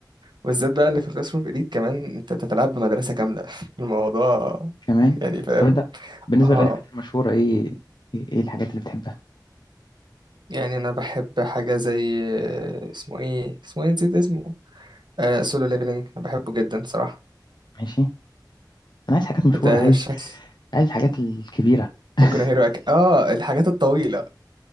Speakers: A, on the right (about 75°); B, on the left (about 75°).
A: بالذات بقى اللي في كلاس روم إليت كمان أنت بتتلعب بمدرسة كاملة <laughs> الموضوع
B: كمان
A: يعني فاهم
B: طب انت بالنسبه
A: اه
B: للانميات المشهوره ايه ايه إيه الحاجات اللي بتحبها
A: يعني أنا بحب حاجة زي آه، اسمه إيه اسمه إيه نسيت اسمه آه سولو ليفلينج أنا بحبه جدا صراحة
B: ماشي انا عايز حاجات مشهوره
A: أنت
B: عايز
A: شكل
B: عايز الحاجات الكبيره <laughs>
A: بوكو هيرو أك... اه الحاجات الطويلة